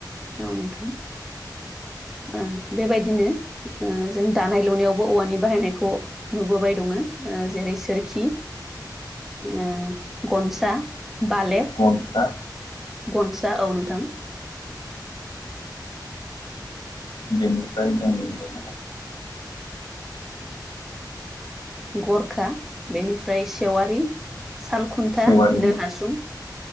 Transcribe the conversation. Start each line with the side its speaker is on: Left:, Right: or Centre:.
Centre: औ नोंथां ओं बेबायदिनो ओ‌ जों दानाय लुनायावबो औवानि बाहायनायखौ नुबोबाय। दङ जेरै सोरखि ओ गनसा बालेक
Left: गनसा
Centre: गनसा औ नोंथां।
Left: बेनिफ्राय <unintelligible>
Centre: गरखा बेनिफ्राय सेवारि सालखुन्था
Left: सेवारि
Centre: नो हासुं